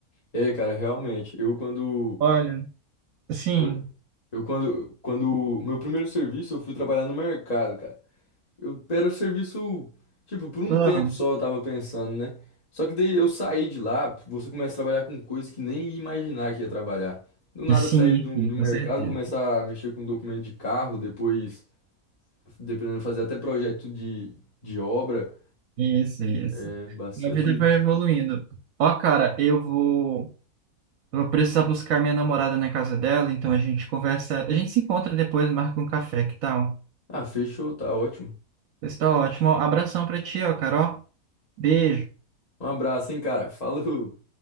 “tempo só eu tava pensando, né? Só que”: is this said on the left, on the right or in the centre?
Left